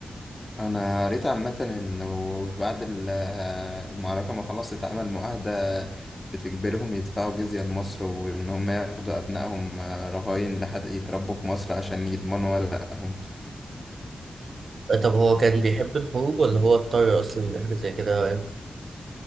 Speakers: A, on the left; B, on the right.
A: انا قريت عامة انه بعد ال- آه، المعركة ما خلاص اتعمل معاهدة بتجبرهم يدفعوا جزية لمصر وان هم ياخدوا ابنائهم آه، رهاين لحد يتربوا في مصر عشان يضمنوا ورقهم
B: طب هو كان بيحب الحروب ولا هو اضطر أصلا لحاجة زي كده رأيك؟